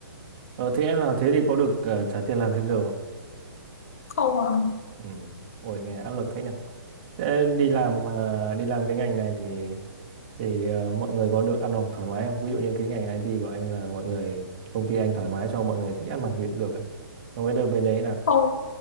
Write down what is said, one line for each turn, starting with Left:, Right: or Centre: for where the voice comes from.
Right: Ờ, thế em làm thế thì có được ờ, trả tiền làm thêm giờ không?
Left: không ạ.
Right: Ừ. Ôi nghe áp lực thế nhỉ. Thế đi làm ờ, đi làm cái ngành này thì thì ờ, mọi người có được ăn học thoải mái không? Ví dụ như cái ngành IT của anh là mọi người công ty anh thoải mái cho mọi người thích ăn mặc gì cũng được ấy. Không biết đâu bên đấy nào.
Left: không